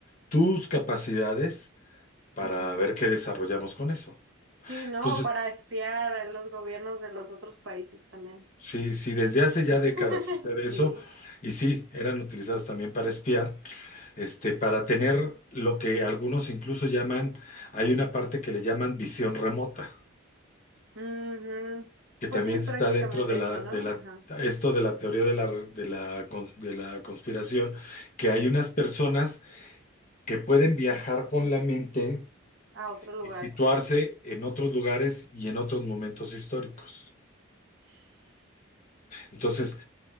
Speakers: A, on the left (about 40°); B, on the right (about 60°).
A: tus capacidades para
B: ujú.
A: ver qué desarrollamos con eso.
B: Sí, ¿no?
A: Entonces,
B: Para espiar a los gobiernos de los otros países también.
A: Sí, sí, desde hace ya décadas
B: <laughs>
A: sucede
B: Sí.
A: eso, y sí, eran utilizados también para espiar, este, para tener lo que algunos incluso llaman, hay una parte que le llaman visión remota,
B: Ujú.
A: que
B: Pues
A: también
B: sí, es
A: está
B: prácticamente
A: dentro de la,
B: eso, ¿no?
A: de la,
B: Ajá.
A: esto de la teoría de la, de la, cons- de la conspiración, que hay unas personas que pueden viajar con la mente
B: A otro lugar.
A: y situarse en otros lugares y en otros momentos históricos.
B: S-
A: Entonces,